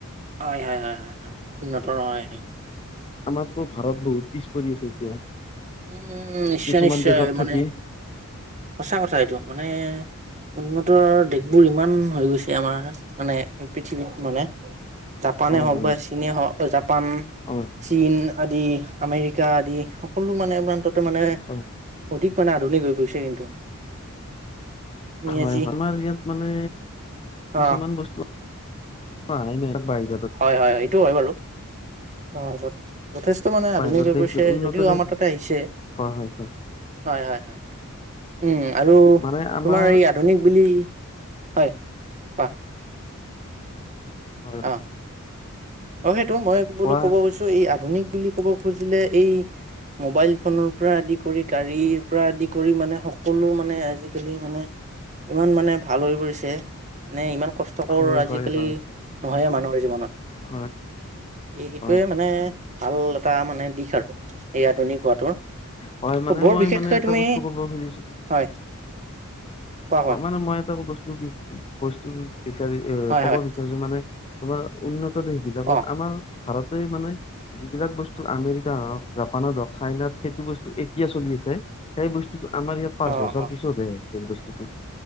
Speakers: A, on the right; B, on the left.
A: হয় হয় উন্নত হয়
B: আমাৰতো ভাৰত বহুত পিছ পৰি আছে এতিয়া
A: উম নিশ্চয়
B: কিছুমান
A: নিশ্চয়
B: দেশত
A: মানে
B: থাকি
A: সঁচা কথা এইটো মানে উন্নত দেশবোৰ ইমান হৈ গৈছে আমাৰ মানে পৃথিৱীত মানে জাপানে
B: হয়
A: হওক
B: হয়
A: বা চীনে হওক জাপান
B: অ
A: চীন আদি আমেৰিকা আদি সকলো মানে প্ৰান্ততে মানে
B: হয়
A: অধিক মানে আধুনিক হৈ পৰিছে কিন্তু। তুমি
B: হয়
A: আজি
B: হয় আমাৰ ইয়াত মানে কিছুমান
A: অ
B: বস্তু অ দে ভ <unintelligible>
A: হয় হয় এইটো হয় বাৰু তাৰ পাছত যথেষ্ট মানে
B: বাহিৰত
A: আধুনিক হৈ
B: দেশ
A: পৰিছে
B: উন্নত
A: যদিও
B: দেশ
A: আমাৰ তাতে আহিছে।
B: হয় হয় হয়
A: হয়, হয়, হয় উম, আৰু
B: মানে আমাৰ
A: তোমাৰ এই আধুনিক বুলি, হয় কোৱা?
B: হয়।
A: অ অ, সেইটো মই বোলো
B: কোৱা
A: ক'ব গৈছো এই আধুনিক বুলি ক'ব খুজিলে এই মোবাইল ফোনৰ পৰা আদি কৰি গাড়ীৰ পৰা আদি। কৰি মানে সকলো মানে আজিকালি মানে ইমান মানে ভাল হৈ পৰিছে। মানে ইমান কষ্টকৰ
B: হয়
A: আজিকালি
B: হয় হয়
A: নহয় মানুহৰ জীৱনত।
B: হয়
A: এই সেইটোৱে,
B: হয় হয়
A: মানে ভাল এটা মানে দিশ আৰু এই আধুনিক হোৱাটোৰ।
B: হয় মানে
A: বৰ
B: মই
A: বিশেষকৈ
B: মানে এটা
A: তুমি,
B: বস্তু ক'ব খুজিছো
A: হয়। কোৱা কোৱা
B: মানে মই এটা বস্তু বস্তু বিচাৰি এ
A: হয়
B: কব
A: হয়
B: বিচাৰিছো মানে। বা উন্নত দেশবিলাক
A: অ
B: আমাৰ ভাৰতে মানে যিবিলাক বস্তু আমেৰিকা হওক জাপানত হওক চাইনাত সেইটো বস্তু এতিয়া চলি আছে। সেই বস্তুতটো আমাৰ ইয়াত পাঁচ
A: অ
B: বছৰ
A: অ
B: পিছত ব সেই বস্তুতটো।